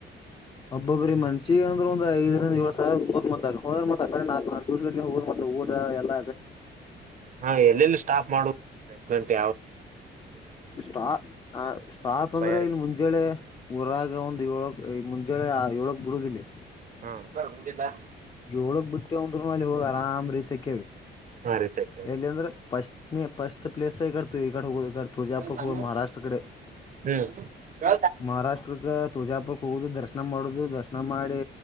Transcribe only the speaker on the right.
ಹಾ ಎಲ್ಲೆಲ್ಲಿ ಸ್ಟಾಫ್ ಮಾಡೋದು ಮತ್ತೆ ಪ್ಲೇಸ್ಮೆಂಟ್ ಯಾವ್ದ.
ಫೈರ್
ಹ್ಮ ಸರ್ ಮುಂದಿಡ್ಲಾ.
ಹಾ ರೀ ಚೆಕ್
ಹ್ಮ್
ಹ್ಮ